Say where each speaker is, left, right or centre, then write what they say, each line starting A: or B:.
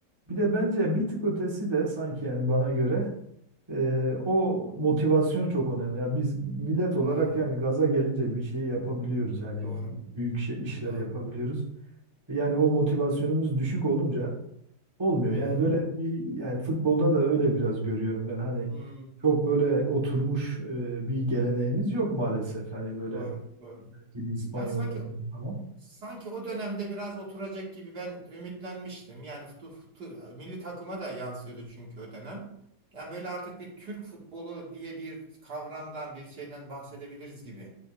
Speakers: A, on the right; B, on the right.
A: Bir de bence bir tık ötesi de sanki yani bana göre e, o motivasyon çok önemli. Yani biz millet olarak
B: Hmm,
A: yani gaza gelince bir şey yapabiliyoruz. Yani
B: doğru,
A: büyük şey, işler
B: doğru,
A: yapabiliyoruz. Yani o motivasyonumuz düşük olunca olmuyor. Yani
B: doğru.
A: böyle bir yani futbolda da öyle biraz görüyorum ben. Hani
B: Hmm,
A: çok böyle oturmuş e, bir geleneğimiz yok maalesef. Hani böyle
B: doğru, doğru.
A: gibi İspanyollar
B: Yani sanki
A: gibi falan.
B: Sanki o dönemde biraz oturacak gibi ben ümitlenmiştim. Yani futu, futu- milli takıma da yansıyordu çünkü o dönem. Yani böyle artık bir Türk futbolu diye bir kavramdan bir şeyden bahsedebiliriz gibi.